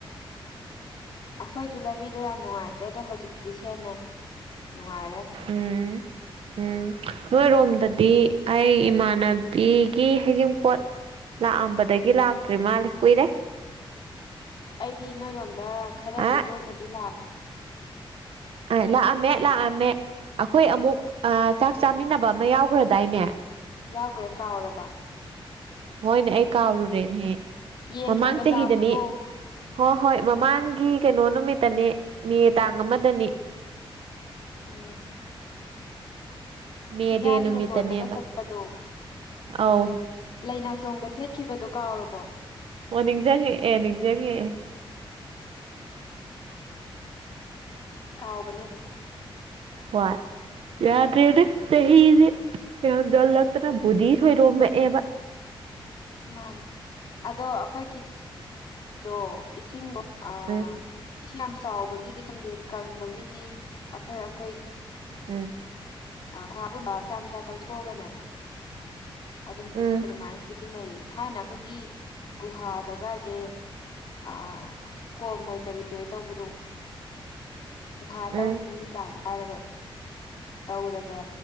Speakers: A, on the left; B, on the right.
A: ꯑꯈꯣꯏꯁꯨ ꯂꯝꯕꯤꯗꯣ ꯌꯥꯝ ꯅꯨꯡꯉꯥꯏꯇ꯭ꯔꯦ ꯗꯣ ꯍꯧꯖꯤꯛꯇꯤ ꯁꯦꯝꯃꯦ ꯅꯨꯡꯉꯥꯏꯔꯦ ꯑꯃꯨꯛ
B: ꯎꯝ ꯎꯝ ꯅꯣꯏꯔꯣꯝꯗꯗꯤ ꯑꯩ ꯏꯃꯥꯟꯅꯕꯤꯒꯤ ꯍꯩꯖꯤꯡꯄꯣꯠ ꯂꯥꯛꯑꯝꯕꯗꯒꯤ ꯂꯥꯛꯇ꯭ꯔꯤ ꯃꯥꯜꯂꯦ ꯀꯨꯏꯔꯦ
A: ꯑꯩꯗꯤ ꯅꯣꯏꯔꯣꯝꯗ ꯈ꯭ꯔꯗꯤ
B: ꯑ
A: ꯇꯣꯏꯅꯗꯤ ꯂꯥꯛꯈ꯭ꯔꯦ
B: ꯑ ꯂꯥꯛꯑꯝꯃꯦ ꯂꯥꯛꯑꯝꯃꯦ ꯑꯈꯣꯏ ꯑꯃꯨꯛ ꯑꯥ ꯆꯥꯛ ꯆꯥꯃꯤꯟꯅꯕ ꯑꯃ ꯌꯥꯎꯈ꯭ꯔꯗꯥꯏꯅꯦ
A: ꯌꯥꯎꯒ꯭ꯔꯦ ꯀꯥꯎꯔꯕ
B: ꯍꯣꯏꯅꯦ ꯑꯩ ꯀꯥꯎꯔꯨꯔꯦꯅꯦꯍꯦ
A: ꯌꯦꯟ
B: ꯃꯃꯥꯡ
A: ꯊꯣꯡꯕ
B: ꯆꯍꯤꯗꯅꯤ
A: ꯆꯥꯕꯗꯣ
B: ꯍꯣ ꯍꯣꯏ ꯃꯃꯥꯡꯒꯤ ꯀꯩꯅꯣ ꯅꯨꯃꯤꯠꯇꯅꯤ ꯃꯦ ꯇꯥꯡ ꯑꯃꯗꯅꯤ
A: ꯎꯝ
B: ꯃꯦ
A: ꯆꯤꯡꯌꯥꯒꯤ
B: ꯗꯦ ꯅꯨꯃꯤꯠꯇꯅꯦꯕ
A: ꯂꯩꯀꯣꯜꯗꯒ ꯆꯠꯄꯗꯣ
B: ꯑꯧ
A: ꯂꯩꯅꯥꯆꯣꯡꯒ ꯊꯦꯠꯈꯤꯕꯗꯣ ꯀꯥꯎꯔꯕꯣ
B: ꯑꯣ ꯅꯤꯡꯖꯪꯉꯛꯑꯦ ꯅꯤꯡꯖꯪꯉꯛꯑꯦ
A: ꯀꯥꯎꯕꯅꯦ ꯗꯨꯝ
B: ꯍꯣꯏ ꯌꯥꯗ꯭ꯔꯦꯅꯦ ꯆꯍꯤꯖꯦ ꯌꯥꯝ ꯖꯜꯂꯛꯇꯅ ꯕꯨꯗꯤ ꯁꯣꯏꯔꯣꯝꯃꯛꯑꯦꯕ
A: ꯃꯥꯅꯦ ꯑꯗꯣ ꯑꯈꯣꯏꯒꯤ ꯗꯣ ꯏꯁꯤꯡꯗꯣ ꯑꯥ
B: ꯎꯝ
A: ꯏꯁꯤꯡ ꯌꯥꯝ ꯆꯥꯎꯕꯒꯤꯗꯤ ꯈꯪꯗꯦ ꯀꯪꯕꯒꯤꯗꯤ ꯑꯈꯣꯏ ꯑꯈꯣꯏ
B: ꯎꯝ
A: <unintelligible> ꯃꯆꯥ ꯃꯆꯥ ꯇꯧꯊꯣꯛꯑꯒꯅꯦ ꯑꯗꯨꯝ
B: ꯎꯝ
A: ꯏꯁꯤꯡ ꯑꯗꯨꯃꯥꯏꯅ ꯁꯤꯖꯤꯟꯅꯩꯌꯦ ꯊꯥꯏꯅ ꯑꯩꯈꯣꯏꯒꯤ ꯒꯨꯍꯥꯗꯒꯥꯖꯦ ꯑꯥ ꯀꯣꯝꯑꯣꯏ ꯀꯔꯤ ꯑꯣꯏ ꯇꯧꯕꯗꯣ ꯒꯨꯍ
B: ꯎꯝ
A: ꯇꯧꯔꯤꯅꯤ ꯀꯥꯏꯟ ꯍꯥꯏꯔꯒ ꯇꯧꯔꯒ